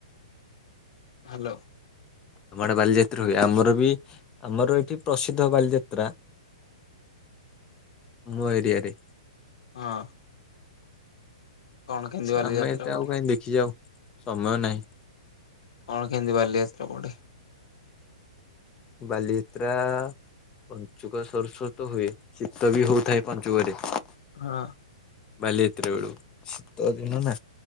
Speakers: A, on the left; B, on the left.
A: ହାଲୋ।
B: ତମ ଆଡେ ବାଲିଯାତ୍ରା ହୁଏ। ଆମର ବି ଆମର ଏଠି ପ୍ରସିଦ୍ଧ ବାଲିଯାତ୍ରା। ମୋ ଏରିଆରେ।
A: ହଁ। କଣ କେମିତି ବାଲିଯାତ୍ରା
B: ଆମେ ଏତେ
A: ପଡେ
B: ଆଉ କାହିଁ ଦେଖିଯାଉ ସମୟ ନାହିଁ।
A: କଣ କେମିତି ବାଲିଯାତ୍ରା ପଡେ?
B: ବାଲିିଯାତ୍ରା। ପଞ୍ଚୁକ ସରୁ ସରୁ ତ ହୁଏ ଶୀତ ବି ହଉଥାଏ ପଞ୍ଚୁକରେ।
A: ହଁ।
B: ବାଲିଯାତ୍ରା ବେଳକୁ ଶୀତ ଦିନ ନା